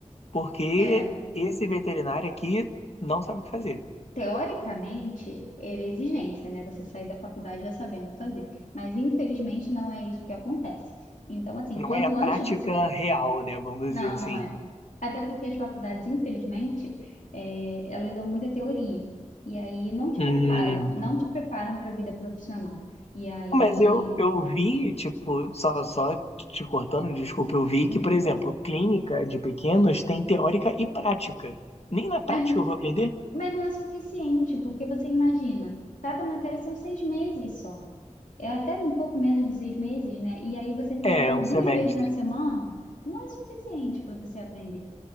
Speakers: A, on the left (about 55°); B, on the left (about 90°).
A: porque
B: <laughs> é.
A: esse veterinário aqui não sabe o que fazer.
B: Teoricamente, era exigência, né? Você sair da faculdade já sabendo fazer. Mas, infelizmente, não é isso que acontece. Então, assim,
A: Não
B: quanto
A: é a prática
B: antes você.
A: real, né? Vamos dizer
B: Não,
A: assim.
B: não é. Até porque as faculdades, infelizmente, é, elas dão muita teoria. E aí não te
A: Hum,
B: preparam. Não te preparam para a vida profissional. E aí.
A: mas eu, eu vi, tipo, só, só te cortando, desculpa, eu vi
B: Uhum.
A: que, por exemplo, clínica de pequenos tem teórica e prática. Nem na prática
B: Mas,
A: eu vou aprender?
B: mas não é suficiente, porque você imagina, cada matéria são seis meses só. é até um pouco menos de seis meses, né? E aí você ter
A: É,
B: aula
A: um
B: duas
A: semestre.
B: vezes na semana não é suficiente para você aprender,